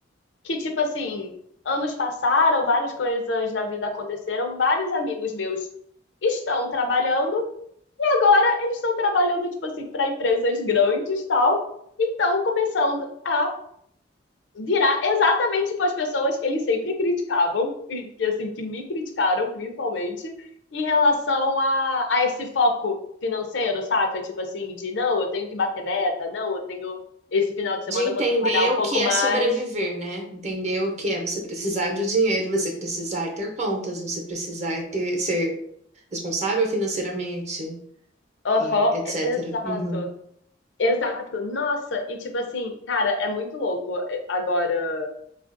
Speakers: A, on the left; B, on the right.
A: que, tipo assim, anos passaram, várias coisas na vida aconteceram, vários amigos meus estão trabalhando e agora eles estão trabalhando, tipo assim, para empresas grandes e tal, e estão começando a virar exatamente tipo as pessoas que eles sempre criticavam, e que, assim, que me criticaram principalmente, em relação a, a esse foco financeiro, saca? Tipo assim, de não, eu tenho que bater meta, não, eu tenho. Esse final de semana
B: de entender
A: eu vou trabalhar um pouco
B: o que é
A: mais.
B: sobreviver, né? Entender o que é você precisar de dinheiro, você precisar ter contas, você precisar ter, ser responsável financeiramente
A: Aham,
B: e etc.
A: e- exato.
B: Uhum.
A: Exato. Nossa, e tipo assim, cara, é muito louco eh, agora,